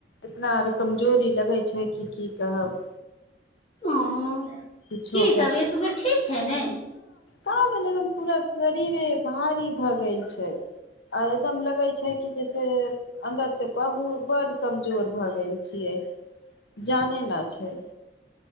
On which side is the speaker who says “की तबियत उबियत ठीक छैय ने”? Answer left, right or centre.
Left